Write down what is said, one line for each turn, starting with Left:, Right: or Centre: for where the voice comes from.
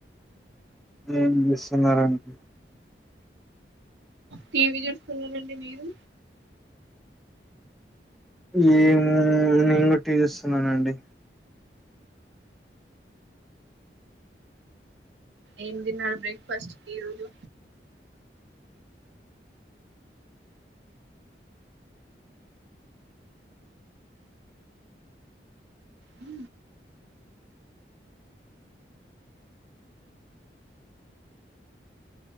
Centre: ఏం జేస్తున్నారండి.
Right: టీవీ చూస్తున్నరండి మీరు
Centre: నేను కూడా టి జుస్తున్నానండి.
Right: ఏం తిన్నారు బ్రేక్ఫాస్ట్ కు ఈ రోజు ఊ